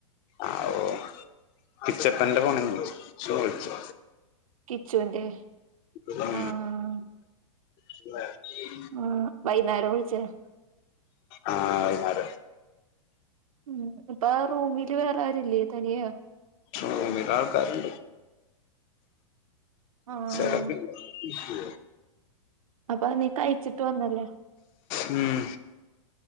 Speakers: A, on the left; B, on the right.
A: ആ ഓ പിച്ചപ്പന്റെ ഫോണന്ന് വിളിച്ചു ചോയിച്ചു.
B: കിച്ചുന്റെ
A: ഉം
B: ആഹ്
A: <unintelligible>
B: ആഹ് വൈന്നേരം വിളിച്ചെ.
A: ആ വൈന്നേരം.
B: ഉം ഇപ്പ റൂമില് വേറെ ആരുല്ലേ തനിയെയാ.
A: റൂമിലാൾകാര്ണ്ട്. <unintelligible>
B: ആഹ്
A: <inaudible>
B: അപ്പ നീ കയിച്ചിട്ട് വന്നല്ലേ.
A: ഉം